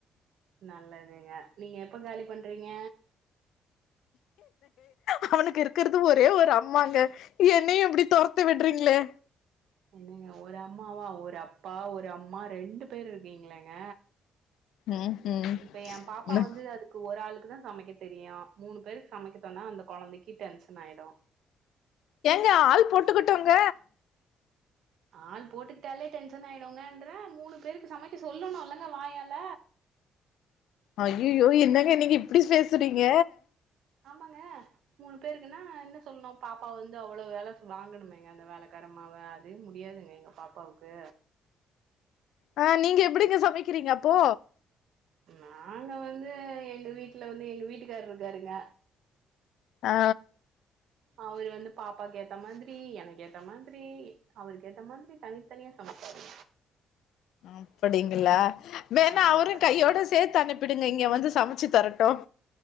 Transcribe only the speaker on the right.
நல்லதுங்க நீங்க எப்ப காலி பண்றீங்க?
என்னங்க ஒரு அம்மாவா ஒரு அப்பா ஒரு அம்மா ரெண்டு பேர் இருக்கீங்ளேங்க
இப்ப எ பாப்பா வந்து அதுக்கு ஒரு ஆளு க்குதா சமைக்க தெரியு மூணு பேருக் சமைக்க சொன்னா அந்த கொழந்தைக்கி டென்ஷன் ஆயிடு
ஆள் போட்டுக்டாலே டென்ஷன் ஆயிடுங்கன்றே மூணு பேருக்கு சமைக்க சொல்லனுல்லங்க வாயால
ஆமாங்க மூணு பேருக்குன்னா என்ன சொல்னு பாப்பா வந்து அவ்வள வேல வாங்கனுமேங்க அந்த வேலக்காரம்மாவ அதே முடியாதுங்க எங்க பாப்பாவுக்கு
நாங்க வந்து எங்க வீட்ல வந்து எங்க வீட்டுக்கார்ருக்காருங்க
அவரு வந்து பாப்பாக்கு ஏத்த மாதிரி எனக்கு ஏத்த மாதிரி அவருக்கு ஏத்த மாதிரி தனித்தனியா சமைப்பாரு
ஆமாங்க